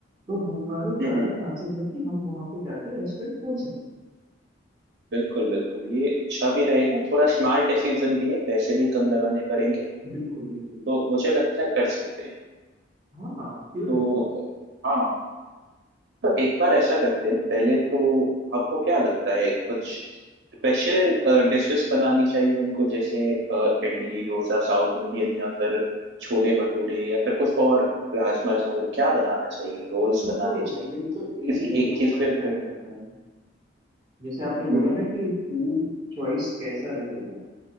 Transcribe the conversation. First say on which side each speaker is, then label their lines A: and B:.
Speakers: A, on the right; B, on the right.
A: तो हमारे ज्यादा
B: हम्म, हम्म। हम्म।
A: चांसेस है कि हम वहां पे जाके रेस्टोरेंट खोल सकते
B: बिल्कुल बिल्कुल ये अच्छा भी रहेगा थोड़ा स्मार्ट डिसीजन भी है पैसे भी कम लगाने पड़ेंगे
A: हैं। बिल्कुल बिल्कुल
B: तो मुझे लगता है कर सकते हैं
A: हाँ हाँ क्यों नहीं
B: तो हाँ तो एक बार ऐसा करते हैं पहले तो आपको क्या लगता है कुछ स्पेशल डिशेस बनानी चाहिए हमको जैसे अ, इडली डोसा साउथ इंडियन या फिर छोले भटूरे या फिर कुछ और राजमा चावल क्या बनाना चाहिए रोल्स
A: ये
B: बनाने
A: तो
B: चाहिए
A: बिल्कुल
B: किसी
A: एरिया के
B: एक
A: ऊपर
B: चीज पे
A: डिपेंड
B: फो-
A: करता है जैसे आपने
B: हम्म
A: बोला ना कि फूड चॉइस कैसा रहेगा